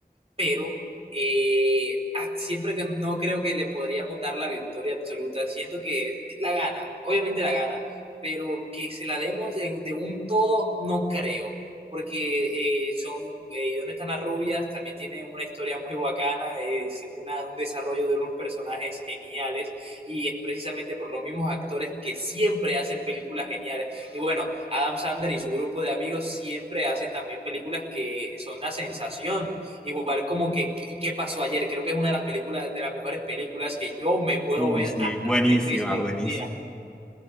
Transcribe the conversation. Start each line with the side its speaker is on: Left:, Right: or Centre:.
Right: pero eh, ah, siempre que no creo que le podríamos dar la victoria absoluta, siento que la gana, obviamente la gana, pero que se la demos de, de un todo, no creo, porque eh, son, eh, ¿Dónde están las rubias? También tiene una historia muy bacana, es una, un desarrollo de unos personajes geniales y es precisamente por los mismos actores que siempre hacen películas geniales. Y bueno, Adam Sandler y su grupo de amigos siempre hacen también películas que son la sensación Igual como que, ¿y qué pasó ayer? Creo que es una de las películas, de las mejores películas que yo me puedo
Centre: Uh,
Right: ver
Centre: sí,
Right: hasta
Centre: buenísima,
Right: tres veces en
Centre: buenísima.
Right: un día.